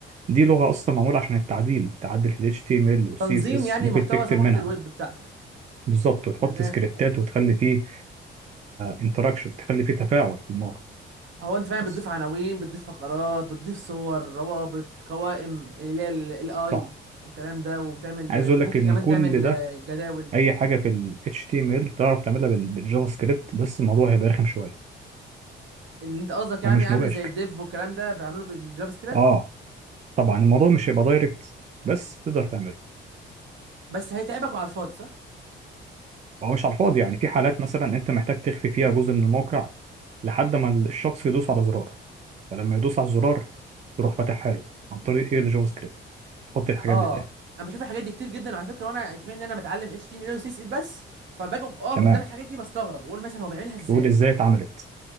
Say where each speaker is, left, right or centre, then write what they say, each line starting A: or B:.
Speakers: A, on the right; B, on the right.
A: دي لغة أصلا معمولة عشان التعديل تعدل في ال HTML وال
B: تنظيم
A: CSS
B: يعني
A: ممكن
B: محتوى
A: تكتب
B: صفحه
A: منها
B: الويب بتاعتك
A: بالظبط وتحط
B: من الاخر
A: سكريبتات
B: آه.
A: وتخلي فيه انتراكشن تخلي فيه تفاعل في الموقع
B: هو انت فعلا
A: بس
B: بتضيف عناوين بتضيف فقرات بتضيف صور روابط قوائم اللي هي الاي
A: صح
B: والكلام ده وبتعمل
A: عايز أقول لك
B: ممكن
A: إن
B: كمان
A: كل
B: تعمل
A: ده
B: آه، جداول
A: أي حاجة في ال HTML تعرف تعملها بال- بالجافا سكريبت بس الموضوع هيبقى رخم شوية
B: اللي انت قصدك يعني
A: ومش
B: اعمل
A: مباشر
B: زي الديف والكلام ده بيعمله بالجافا سكريبت
A: اه طبعا الموضوع مش هيبقى دايركت بس تقدر تعمله
B: بس هيتعبك وعلى الفاضي صح
A: هو مش على الفاضي يعني في حالات مثلا انت محتاج تخفي فيها جزء من الموقع لحد ما الشخص يدوس على زرار فلما يدوس على الزرار تروح فاتحها له عن طريق ايه الجافا سكريبت تحط الحاجات
B: اه
A: دي تاني
B: انا بشوف الحاجات دي كتير جدا على فكره وانا كمان ان انا متعلم اتش تي ام ال وسي اس اس بس فباجي اقف أقف
A: تمام
B: قدام الحاجات دي بستغرب بقول مثلا هو بيعملها ازاي
A: تقول ازاي اتعملت